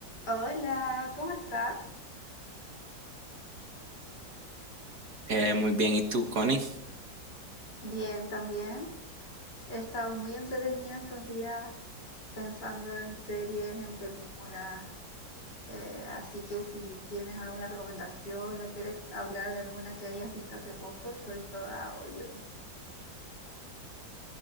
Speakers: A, on the left; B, on the right.
A: Hola, ¿cómo estás?
B: Eh, muy bien, ¿y tú, Connie?
A: Bien, también. He estado muy entretenida estos días pensando en series, en películas. eh, así que si tienes alguna recomendación o quieres hablar de alguna que hayas visto hace poco, soy toda oídos.